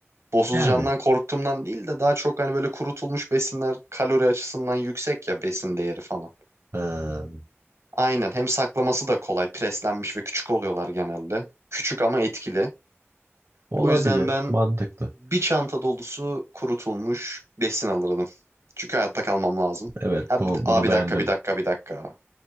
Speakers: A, on the right (about 80°); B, on the right (about 60°).
A: bozulacağından
B: Yani
A: korktuğumdan değil de daha çok hani böyle kurutulmuş besinler kalori açısından yüksek ya besin değeri falan.
B: ha,
A: Aynen hem saklaması da kolay. Preslenmiş ve küçük oluyorlar genelde. Küçük ama etkili.
B: olabilir.
A: O yüzden ben
B: Mantıklı.
A: bir çanta dolusu kurutulmuş besin alırdım. Çünkü hayatta kalmam lazım.
B: Evet
A: Ha,
B: bu
A: bir, aa,
B: bunu
A: bir
B: beğendim.
A: dakika bir dakika bir dakika.